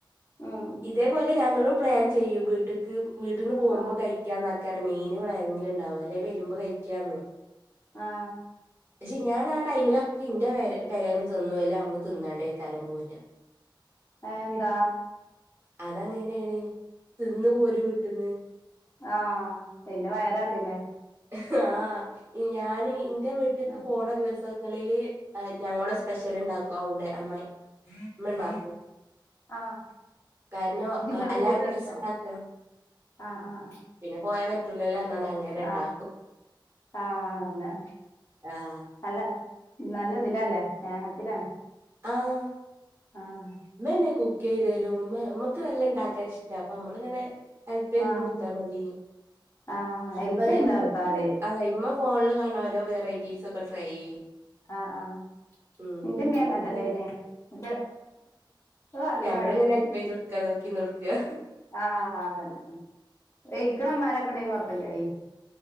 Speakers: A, on the left; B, on the right.
A: ഉം
B: ഇതേപോലെ ഞങ്ങളുപ്ലാൻ ചെയ്യും വീട്ട്ക്ക് വീട്ട്ന്ന് പോവുമ്പോ
A: ആഹ്
B: കഴിക്ക്യാന്നക്കാരം മൈന് പ്ലാനിങ്ങില്ണ്ടാവ അല്ലങ്കി വര്മ്പോ കഴിക്ക്യാന്ന്
A: ആഹ്
B: ക്ഷെ ഞാൻ ആ ടൈമിലൊക്കി ഇന്റെ പെരെ പെരെന്ന്തിന്നുവല്ലെ അവട്ന്ന് തിന്നാണ്ടയ്കാരം പോരാ.
A: ആഹ്എന്താ?
B: അതങ്ങനെണ് തിന്ന് പോരു വീട്ട്ന്ന്
A: ആഹ് വിന്നെ വയറ് റയിലേ
B: ഹ് ആഹ് ഇഞാന് ഇന്റെ വീട്ട്ക്ക്
A: ആഹ്
B: പോണ ദിവസങ്ങളില് അയ് ഞങ്ങളുസ്പെഷ്യല്ണ്ടാക്കൊവ്ടെ അമ്മായി മ്മ ണ്ടാക്കും.
A: ആഹ് ആഹ്
B: കാര്നോ
A: ഇജ്ജിങ്ങട്
B: അ അല്ലാതെരിസണ്ടാക്ക
A: പോര്നേസം ആഹ് ആഹ്
B: പിന്നെ പോയാ പറ്റൂലല്ലേർഞ്ഞാണ്ട അങ്ങനെണ്ടാ
A: ആഹ് ആഹ് ന്ന്
B: ആഹ്
A: നല്ല നല്ലതിലാല്ലേ സ്നേഹത്തിലാണ്
B: ആഹ്
A: ആഹ്
B: മ്മന്നെ കുക്കീതരും മ്മ മ്മക്ക് നല്ല ണ്ടാക്കാൻ ഇഷ്ടാ അപ്പമ്മള്ങ്ങനെ ഹെൽപീത്
A: ആഹ്
B: കൊട്ത്താ മതീ
A: ആഹ്
B: അപ്പ
A: ഹെൽപ്പെയ്താ
B: ഇമ്മക്ക്
A: കൊടുത്താതി
B: ആതെ ഇമ്മ ഫോൺല് കാണാ ഒരോ വെറൈറ്റീസൊക്കെ ട്രൈ യ്
A: ആഹ് ആഹ്
B: മ്
A: ഇന്റെമ്മീം
B: അമ്മള്ങ്ങനെ
A: അങ്ങൻതന്നേനി ഇത് ഇത് നല്ല
B: ഞമ്മള്ങ്ങനെ
A: മഴയും
B: ഹെൽപിതോട് ക്ക നോക്കിന്നോട്ക്കാ
A: ആഹ് അത് തന്നെ വെയ്ക്ണ മ്മാരൊക്കണ്ടങ്കി കൊഴപ്പല്യടീ.